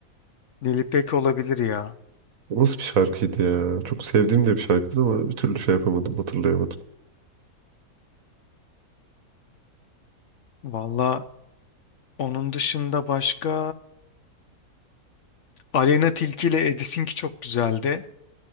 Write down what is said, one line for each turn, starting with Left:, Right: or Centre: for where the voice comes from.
Left: Nilipek olabilir ya.
Right: O Nasıl bir şarkıydı ya? Çok sevdiğim de bir şarkıdır ama bir türlü şey yapamadım, hatırlayamadım.
Left: Valla onun dışında başka Aleyna Tilki ile Edis'inki çok güzeldi.